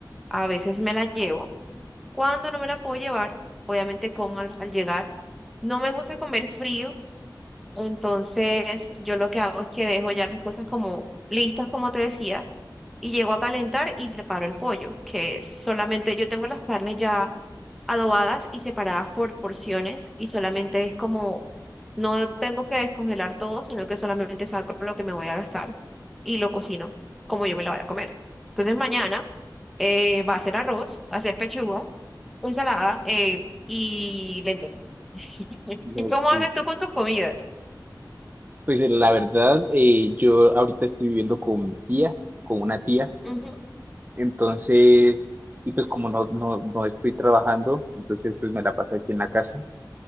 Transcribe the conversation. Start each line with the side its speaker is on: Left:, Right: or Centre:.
Centre: a veces me la llevo. Cuando no me la puedo llevar, obviamente como al, al llegar. No me gusta comer frío, entonces yo lo que hago es que dejo ya las cosas como listas, como te decía, y llego a calentar y preparo el pollo, que solamente yo tengo las carnes ya adobadas y separadas por porciones y solamente es como, no tengo que descongelar todo, sino que solamente saco lo que me voy a gastar y lo cocino como yo me lo voy a comer. Entonces mañana eh, va a ser arroz, va a ser pechuga, ensalada eh, y lentejas. <laughs> ¿Y
Right: Ok.
Centre: cómo haces tú con tus comidas?
Right: Pues eh, la verdad, eh, yo ahorita estoy viviendo con mi tía, con una tía.
Centre: Ujú.
Right: Entonces, y pues como no, no, no estoy trabajando, entonces pues me la paso aquí en la casa.